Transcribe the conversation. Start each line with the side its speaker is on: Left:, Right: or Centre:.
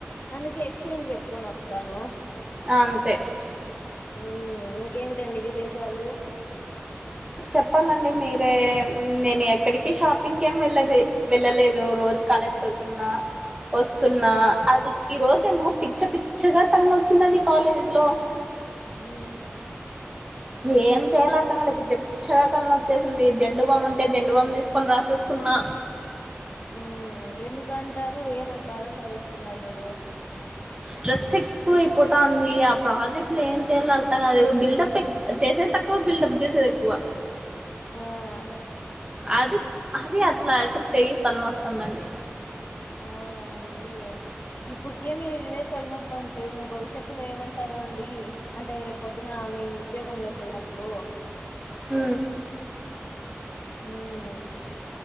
Left: అందుకే ఎక్స్చేంజ్ పెట్టుకొని వస్తాను
Right: అంతే
Left: ఉమ్ ఇంకేంటండి విశేషాలు
Right: చెప్పాలండి మీరే నేను ఎక్కడికి షాపింగ్ ఏమి వెళ్ళదు వెళ్ళలేదు రోజు కాలేజీకి వెళ్తున్నా వస్తున్న
Left: ఉమ్
Right: అది ఈ రోజేమో పిచ్ఛ పిచ్చగా తలనొచ్చిందండి కాలేజ్లో
Left: ఊ
Right: ఏం చేయలో ఆర్తం గాలే పిచ్చక్ చానా తల నోచ్చేసింది జండు బామ్ ఉంటే జెండు బామ్ తీసుకొని రాసేసుకున్నా
Left: ఊ ఎందుకంటారు ఏమంత ఆలోచన పెట్టుకున్నారు మీరు
Right: స్ట్రెస్ ఎక్కువ అయిపోతంది ఆ ప్రాజెక్ట్ లో ఏం చేయలే అర్తగాలేదు బిల్డపెక్ చేసేతక్ కో బిల్డప్ చేసెది ఎక్కువ
Left: యా
Right: అది అది అట్లా ఎఫెక్ట్ అయ్యి తలనోస్తందాండి
Left: అవునా అండి ఇప్పటికేమి ఇదే తెలనొప్ప అంటే ఇంకా భవిష్యత్తులో ఏమంటారో అండి అంటే రేపు పొద్దున మీ ఉద్యోగంలోకి వెళ్ళినప్పుడు
Right: ఊ
Left: ఊ ఏ